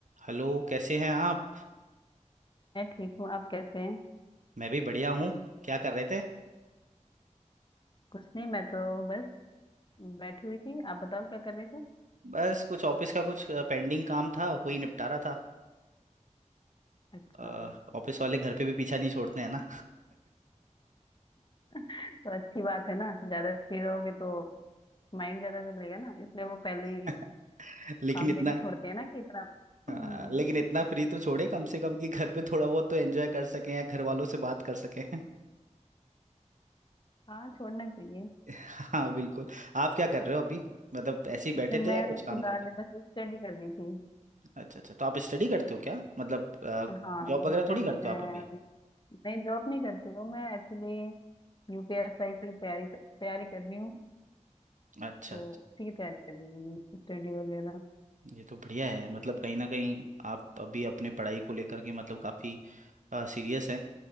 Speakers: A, on the right; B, on the left.
A: Hello कैसे हैं आप
B: मैं ठीक हूँ आप कैसे हैं
A: मैं भी बढ़िया हूँ क्या कर रहे थे
B: कुछ नहीं मैं तो बस बैठी हुई थी आप बताओ क्या कर रहे थे
A: बस कुछ ऑफिस का कुछ पेंडिंग काम था वही निपटा रहा था
B: अच्छा
A: अ, ऑफिस वाले घर पे भी पीछा नहीं छोड़ते हैं ना
B: तो अच्छी बात है ना ज्यादा फ्री रहोगे तो माइंड ज्यादा चलेगा ना इसलिए वो पहले ही
A: <laughs> लेकिन
B: काम
A: इतना
B: देके छोड़ते हैं ना कि इतना <clears throat>
A: हाँ, लेकिन इतना फ्री तो छोड़े कम से कम कि घर पे थोड़ा बहुत तो एंजॉय कर सकें या घर वालों से बात कर सकें <laughs>
B: <laughs> हाँ छोड़ना चाहिए
A: हाँ बिल्कुल आप क्या कर रहे हो अभी मतलब ऐसे ही बैठे
B: नहीं,
A: थे
B: मैं
A: या कुछ
B: तो फिलहाल
A: काम कर रहे
B: बस स्टडी कर रही थी
A: थे अच्छा अच्छा तो आप स्टडी करते हो क्या मतलब
B: हाँ
A: जॉब
B: मैं
A: वगैरह
B: स्टडी
A: थोड़ी करते
B: में
A: हो आप अभी
B: अभी नहीं जॉब नहीं करती हूँ मैं एक्चुअली यूपीएसआई की तैयारी तैयारी कर रही हूँ
A: अच्छा
B: तो
A: अच्छा
B: उसी की तैयारी कर रही हूँ अभी स्टडी वगैरह
A: ये तो बढ़िया है मतलब कहीं ना कहीं आप अभी अपने पढ़ाई को लेकर के मतलब काफी सीरियस हैं